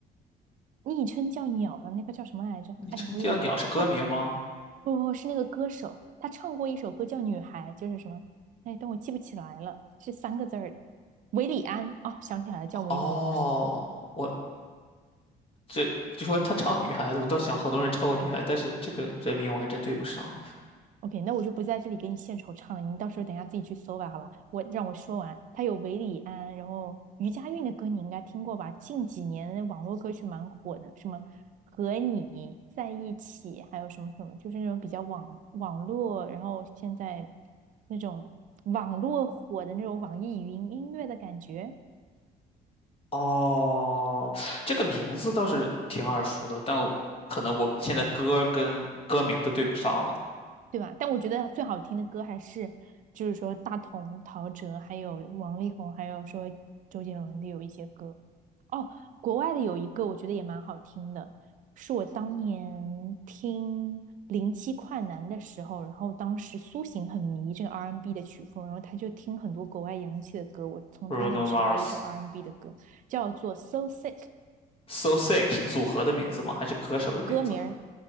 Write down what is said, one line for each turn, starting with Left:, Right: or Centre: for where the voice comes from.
Right: 昵称叫鸟的那个叫什么来着？
Left: 你称叫鸟是歌名吗？
Right: 哎呀，我有点，他不不是那个歌手，他唱过一首歌叫《女孩》，就是什么？哎，但我记不起来了，是三个字儿的。韦礼安，哦，想起来了，叫韦礼安。
Left: 哦，我这就说他唱女孩子，我倒想好多人唱过女孩子，但是这个人名我还真对不上。
Right: OK，那我就不在这里给你献丑唱了，你到时候等一下自己去搜吧，好吧？我让我说完，他有韦礼安，然后余佳韵的歌你应该听过吧？近几年网络歌曲蛮火的，什么和你在一起，还有什么什么，就是那种比较网网络，然后现在那种网络火的那种网易云音乐的感觉。
Left: 哦，这个名字倒是挺耳熟的，但我可能我现在歌跟歌名都对不上了。
Right: 对吧？但我觉得最好听的歌还是，就是说大同、陶喆，还有王力宏，还有说周杰伦的有一些歌。哦，国外的有一个我觉得也蛮好听的，是我当年听零七快男的时候，然后当时苏醒很迷这个 R&B n 的曲风，然后他就听很多国外洋气的歌，我从他那知道的一首
Left: Bruno Mars
Right: R&B n 的歌叫做《So Sick》，
Left: So Sick 是组合的名字吗？还是歌手的名字？
Right: 歌名